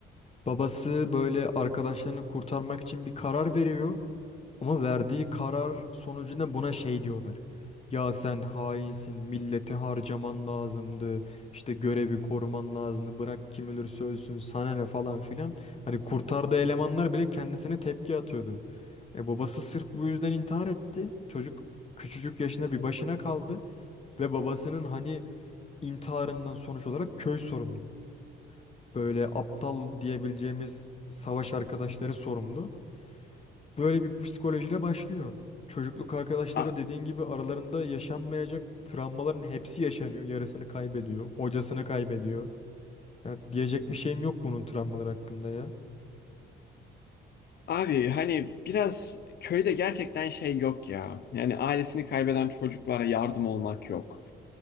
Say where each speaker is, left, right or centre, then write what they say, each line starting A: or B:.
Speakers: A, on the left; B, on the left.
A: Babası böyle arkadaşlarını kurtarmak için bir karar veriyor. Ama verdiği karar sonucunda buna şey diyorlar. Ya sen hainsin, milleti harcaman lazımdı, işte görevi koruman lazımdı, bırak kim ölürse ölsün, sana ne falan filan. Hani kurtardığı elemanlar bile kendisine tepki atıyordu. E babası sırf bu yüzden intihar etti. Çocuk küçücük yaşında bir başına kaldı ve babasının hani intiharından sonuç olarak köy sorumlu böyle aptal diyebileceğimiz savaş arkadaşları sorumlu. Böyle bir psikolojiyle başlıyor. Çocukluk arkadaşları
B: a-
A: dediğin gibi aralarında yaşanmayacak travmaların hepsi yaşanıyor. Yarısını kaybediyor, hocasını kaybediyor. Ya diyecek bir şeyim yok bunun travmalar hakkında ya.
B: abi hani biraz köyde gerçekten şey yok ya. Yani ailesini kaybeden çocuklara yardım olmak yok.